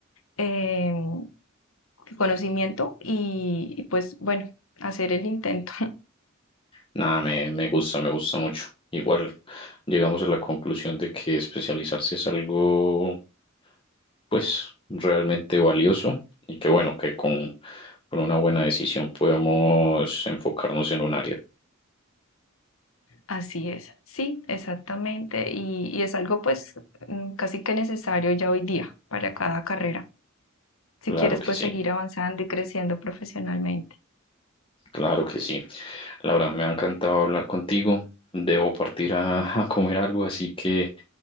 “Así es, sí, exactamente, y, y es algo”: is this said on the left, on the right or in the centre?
Left